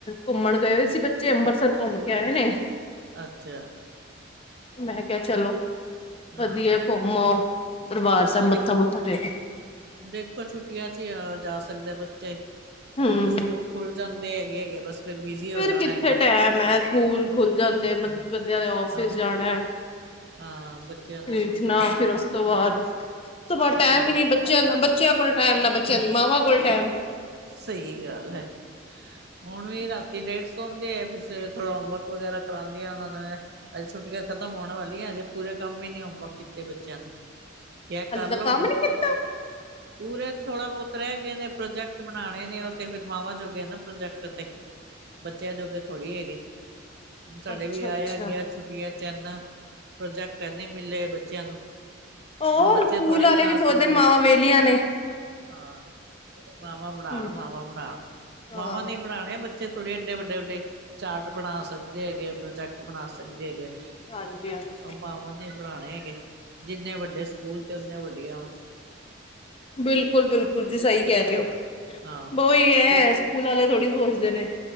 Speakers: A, on the left; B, on the right.
A: ਘੁੰਮਣ ਗਏ ਸੀ। ਅਸੀਂ ਬੱਚੇ ਅੰਬਰਸਰ ਘੋਮ ਕੇ ਆਏ ਨੇ।
B: ਅੱਛਾ।
A: ਮੈਂ ਕਿਹਾ ਚਲੋ
B: ਹਾਂ
A: ਵਧੀਆ ਘੁੰਮ ਆਓ। ਦਰਬਾਰ
B: ਹਾਂ
A: ਸਾਹਿਬ ਮੱਥਾ
B: ਦੇਖ
A: ਮੁੱਥਾ ਟੇਕ
B: ਦੇਖੋ ਛੁੱਟੀਆਂ ਚ ਹੀ ਆ ਜਾ ਸਕਦੇ ਬੱਚੇ।
A: ਹਮ
B: ਫਿਰ ਤੇ ਸਕੂਲ ਖੁੱਲ ਜਾਂਦੇ ਹੈਗੇ ਏਗੇ ਬਸ। ਫਿਰ ਬਿਜੀ ਹੋ
A: ਫਿਰ
B: ਜਾਣਾ
A: ਕਿੱਥੇ
B: ਹੈਗਾ
A: ਟੈਮ ਹੈ ਸਕੂਲ ਖੁੱਲ ਜਾਂਦੇ ਬੰਦਿਆਂ
B: ਹਮ
A: ਨੇ ਆਫਿਸ
B: ਹਾਂ
A: ਜਾਣਾ।
B: ਹਾਂ ਬੱਚਿਆਂ ਦੇ
A: ਠੀਕ
B: ਸਕੂਲ
A: ਨਾ ਫਿਰ ਉਸ ਤੋਂ ਬਾਅਦ। ਸਵਾ
B: ਸਹੀ
A: ਟਾਈਮ ਹੀ ਨੀ ਬੱਚਿਆਂ ਦਾ ਬੱਚਿਆਂ ਕੋਲ ਟਾਈਮ ਨਾ ਬੱਚਿਆਂ ਦੀ ਮਾਵਾਂ ਕੋਲ ਟਾਈਮ।
B: ਸਹੀ ਗੱਲ ਹੈ ਹੁਣ ਵੀ ਰਾਤੀ ਲੇਟ ਸਸੋਂ ਦੇ ਆ ਫਿਰ ਸਵੇਰੇ। ਥੋੜਾ ਹੋਮਵਰਕ ਵਗੈਰਾ ਕਰਾਉਂਦੀ ਆਂ ਉਹਨਾਂ ਦਾ ਮੈ ਅੱਜ ਛੁੱਟੀਆਂ ਖਤਮ ਹੋਣ ਵਾਲੀਆਂ ਅਜੇ ਪੂਰੇ ਕੰਮ ਵੀ ਨੀ ਹੋ। ਵਰਕ ਕੀਤੇ ਬੱਚਿਆਂ ਨੇ। ਕਰ
A: ਹਾਲੇ ਤਕ
B: ਲਓ
A: ਕੰਮ
B: ਹੁਣ
A: ਨੀ ਕੀਤਾ।
B: ਪੂਰੇ ਥੋੜਾ ਬਹੁਤ ਰਹਿ ਗਏ ਨੇ ਪ੍ਰੋਜੈਕਟ ਬਨਾਣੇ ਨੇ ਉਹ ਤੇ ਫਿਰ ਮਾਵਾਂ ਜੋਗੇ ਨੇ ਪ੍ਰੋਜੈਕਟ ਤੇ। ਬੱਚਿਆਂ ਜੋਗੇ ਥੋੜੀ ਹੈਗੇ ਹੁਣ ਸਾਡੇ
A: ਅੱਛਾ
B: ਵੀ
A: ਅੱਛਾ
B: ਆਇਆ ਗਿਆ ਛੁੱਟਿਆ ਚ ਚੈਨਾ ਪ੍ਰੋਜੈਕਟ ਇਨੇ ਮਿਲੇ ਬੱਚਿਆਂ ਨੂੰ।
A: ਹੋਰ
B: ਹੁਣ ਬੱਚੇ
A: ਸਕੂਲ
B: ਥੋੜੀ
A: ਵਾਲੇ
B: ਬਣਾ
A: ਵੀ ਸੋਚਦੇ
B: ਸਕਦੇ
A: ਨੇ ਮਾਵਾਂ ਵਿਹਲੀਆਂ ਨੇ
B: ਹਾਂ। ਮਾਵਾਂ ਬਨਾਣ
A: ਹੂੰ।
B: ਮਾਵਾਂ ਬਨਾਣ ਮਾਵਾਂ
A: ਹਾਂ
B: ਨੇ ਈ ਬਨਾਣੇ ਬੱਚੇ ਥੋੜੇ ਏਡੇ ਵੱਡੇ ਵੱਡੇ। ਚਾਰਟ ਬਣਾ ਸਕਦੇ ਹੈਗੇ ਪ੍ਰੋਜੈਕਟ ਬਣਾ ਸਕਦੇ ਹੈਗੇ।
A: ਹਾਂਜੀ ਹਾਂਜੀ
B: ਉਹ ਮਾਵਾਂ ਨੇ ਬਣਾਣੇ ਹੈਗੇ ਜਿੰਨੇ ਵੱਡੇ ਸਕੂਲ ਤੇ ਓਨੇ ਵਡਿਆ।
A: ਬਿਲਕੁਲ ਬਿਲਕੁਲ ਜੀ ਸਹੀ ਕਹਿ
B: ਹਾਂ
A: ਰਹੇ ਹੋ
B: ਹਾਂ
A: ਬਹ ਓਹੀ ਹੈ
B: ਫਿਰ
A: ਸਕੂਲ ਵਾਲੇ। ਥੋੜੀ ਸੋਚਦੇ ਨੇ